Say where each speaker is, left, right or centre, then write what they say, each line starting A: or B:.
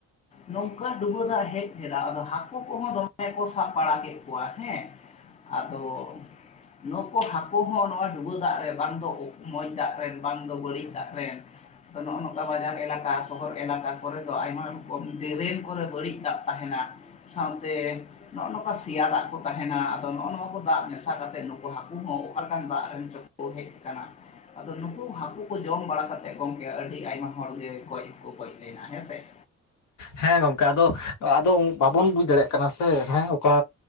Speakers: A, on the left (about 25°); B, on the left (about 75°).
A: ᱱᱚᱝᱠᱟ ᱰᱩᱵᱟᱹ ᱫᱟᱜ ᱦᱮᱡ ᱞᱮᱱᱟ ᱟᱫᱚ ᱦᱟᱹᱠᱩ ᱠᱚᱦᱚᱸ ᱫᱚᱢᱮ ᱠᱚ ᱥᱟᱵ ᱵᱟᱲᱟ ᱠᱮᱫ ᱠᱚᱣᱟ ᱦᱮᱸ ᱾ ᱟᱫᱚ ᱱᱩᱠᱩ ᱦᱟᱹᱠᱩ ᱦᱚᱸ ᱱᱚᱣᱟ ᱰᱩᱵᱟᱹ ᱫᱟᱜ ᱨᱮ ᱵᱟᱝ ᱫᱚ ᱢᱚᱡᱽ ᱫᱟᱜ ᱨᱮᱱ ᱵᱟᱝ ᱫᱚ ᱵᱟᱹᱲᱤᱡ ᱫᱟᱜ ᱨᱮᱱᱼᱼ ᱱᱚᱜᱼᱚ ᱱᱚᱝᱠᱟ ᱵᱟᱡᱟᱨ ᱮᱞᱟᱠᱟ ᱥᱚᱦᱚᱨ ᱮᱞᱟᱠᱟ ᱠᱚᱨᱮᱼᱼ ᱟᱭᱢᱟ ᱨᱚᱠᱚᱢ ᱰᱮᱨᱮᱱ ᱠᱚᱨᱮ ᱵᱟᱹᱲᱤᱡ ᱫᱟᱜ ᱛᱟᱦᱮᱱᱟ ᱥᱟᱶᱛᱮᱼᱼ ᱱᱚᱼᱚ ᱱᱚᱝᱠᱟ ᱥᱮᱭᱟ ᱫᱟᱜ ᱠᱚ ᱛᱟᱦᱮᱱᱟ ᱱᱚᱜᱼᱚ ᱱᱚᱣᱟ ᱠᱚ ᱫᱟᱜ ᱢᱮᱥᱟ ᱠᱟᱛᱮᱜ ᱱᱩᱠᱩ ᱦᱟᱹᱠᱩ ᱦᱚᱸ ᱚᱠᱟ ᱞᱮᱠᱟᱱ ᱫᱟᱜ ᱨᱮᱢ ᱪᱟᱼᱼ ᱠᱚ ᱦᱮᱡ ᱠᱟᱱᱟ, ᱟᱫᱚ ᱱᱩᱠᱩ ᱦᱟᱹᱠᱩ ᱠᱚ ᱡᱚᱢ ᱵᱟᱲᱟ ᱠᱟᱛᱮᱫ ᱜᱚᱝᱠᱮ ᱟᱹᱰᱤ ᱟᱭᱢᱟ ᱦᱚᱲᱜᱮ ᱜᱚᱡᱠᱚ ᱜᱚᱡ ᱞᱮᱱᱟ ᱦᱮᱸ ᱥᱮ ᱾
B: ᱦᱮᱸ ᱜᱚᱝᱠᱮ ᱟᱫᱚ ᱟᱫᱚ ᱵᱟᱵᱚᱱ ᱵᱩᱡ ᱫᱟᱲᱮᱭᱟᱜ ᱠᱟᱱᱟ ᱥᱮ ᱦᱮᱸ ᱚᱱᱠᱟᱼᱼ